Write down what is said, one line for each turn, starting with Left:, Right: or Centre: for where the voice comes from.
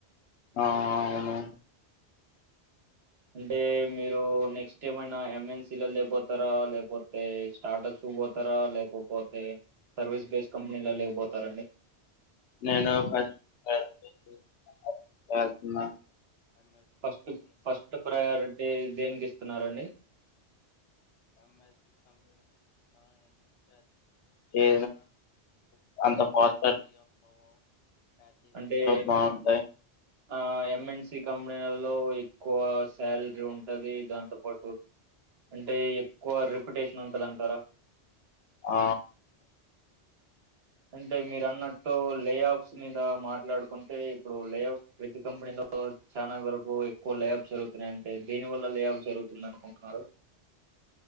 Left: ఆ అవును
Right: అంటే మీరు నెక్స్ట్ ఏమైనా ఎంఎన్సీల లేకపోతారా లేకపోతే స్టార్టప్స్ పోతారా లేకపోతే సర్వీస్ బేస్డ్ కంపెనీల లేకపోతారా అండి
Left: నేనుతున్నా
Right: ఫస్ట్ ఫస్ట్ ప్రయారిటీ దేనికి ఇస్తున్నారండి
Left: ఎ అంత కోస
Right: అంటే
Left: బాగుంటాయ్
Right: ఆ ఎంఎన్ సి కంపెనీలలో ఎక్కువ సాలరీ ఉంటుంది దాంతో పాటు అంటే ఎక్కువ రిప్యుటేషన్ ఉంటంది అంటారా
Left: ఆ
Right: అంటే మీరు అన్నట్టు లేఅఫ్స్ మీద మాట్లాడుకుంటే ఇప్పుడు లేఅఫ్స్ ప్రతి కంపెనీలో చానా వరకు ఎక్కువ లేఅఫ్స్ జరుగుతున్నాయ అంటే దేని వల్ల లేఅఫ్ జరుగుతుంది అనుకుంటున్నారు